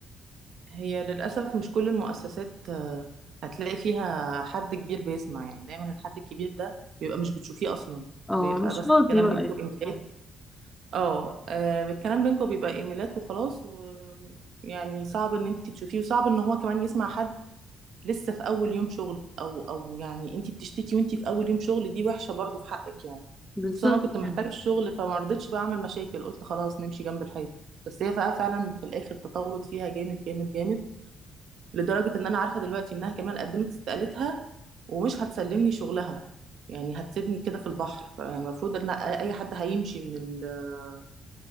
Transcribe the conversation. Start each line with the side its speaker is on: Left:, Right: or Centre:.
Right: هي للأسف مش كل المؤسسات آه، هتلاقي فيها حد كبير بيسمع يعني دايما الحد الكبير ده بيبقى مش بتشوفيه أصلا
Centre: اه
Right: بيبقى
Centre: مش
Right: بس
Centre: فاضي
Right: الكلام
Centre: بقى
Right: بينكم
Centre: يعني.
Right: إيميلات
Centre: آه،
Right: اه آه، الكلام بينكم بيبقى إيميلات وخلاص ويعني صعب إن أنت تشوفيه وصعب إن هو كمان يسمع حد لسه في أول يوم شغل أو أو يعني أنت بتشتكي وأنت في أول يوم شغل دي وحشة برضو في حقك يعني
Centre: بالظبط
Right: بس أنا كنت محتاجة
Centre: يعني.
Right: الشغل فما رضيتش بقى أعمل مشاكل قلت خلاص نمشي جنب الحيط بس هي بقى فعلا في الآخر تطورت فيها جامد جامد جامد لدرجة إن أنا عارفة دلوقتي إنها كمان قدمت استقالتها ومش هتسلمني شغلها يعني هتسيبني كده في البحر يعني المفروض إن أي حد هيمشي من ال-